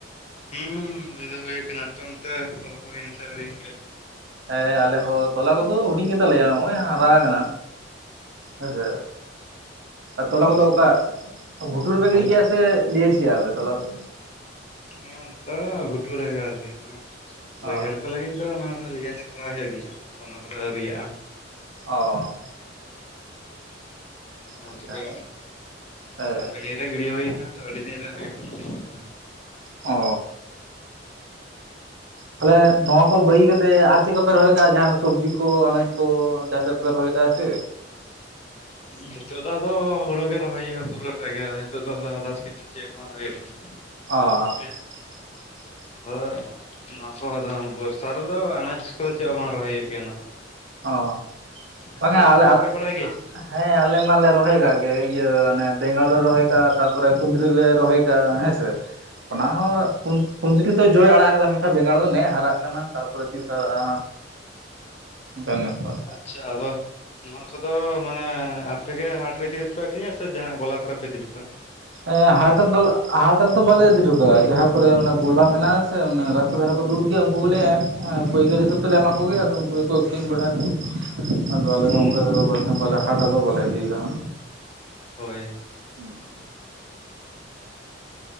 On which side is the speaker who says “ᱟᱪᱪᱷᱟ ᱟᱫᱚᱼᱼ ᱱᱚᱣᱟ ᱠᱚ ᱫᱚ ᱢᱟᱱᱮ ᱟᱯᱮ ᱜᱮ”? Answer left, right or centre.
Left